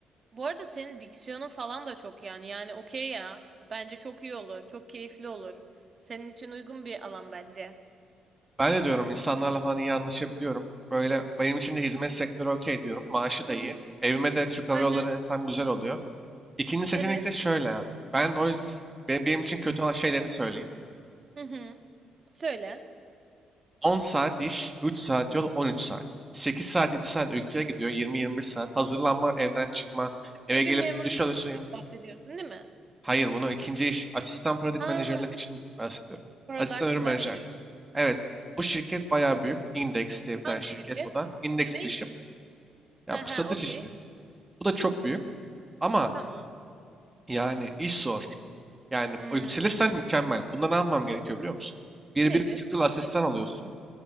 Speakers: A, on the right; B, on the right.
A: bu arada senin diksiyonun falan da çok yani. Yani okey ya. Bence çok iyi olur. Çok keyifli olur. Senin için uygun bir alan bence.
B: Ben de diyorum insanlarla falan iyi anlaşabiliyorum. Böyle benim için de hizmet sektörü okey diyorum. Maaşı da
A: Hı
B: iyi.
A: hı.
B: Evime de Türk Hava
A: Aynen.
B: Yolları tam güzel oluyor. İkinci seçenek
A: Evet.
B: ise şöyle abi. Ben o yüz- be- benim için kötü olan şeylerini söyleyeyim.
A: Hı hı. Söyle.
B: 10 saat iş, 3 saat yol, 13 saat. 8 saat, 7 saat uykuya gidiyor. 20-21 saat. Hazırlanma, evden çıkma,
A: Kabin
B: eve gelip
A: memurluğu
B: duş
A: için
B: alıyorsun. yeme-
A: bahsediyorsun değil mi?
B: Hayır, bunu ikinci iş. Asistan product
A: Ha,
B: manager'lık için bahsediyorum.
A: product
B: Asistan ürün
A: manager.
B: menajerlik. Evet, bu şirket bayağı büyük. Index diye bir tane
A: Hangi
B: şirket
A: şirket?
B: bu da. Index
A: Ne?
B: bilişim. Ya
A: Ha
B: bu satış
A: ha okey.
B: işi. Bu da çok büyük. Ama
A: Tamam.
B: yani iş zor. Yani
A: Hmm.
B: o yükselirsen mükemmel. Bunda ne yapmam gerekiyor biliyor musun? Bir,
A: Nedir?
B: bir buçuk yıl asistan oluyorsun.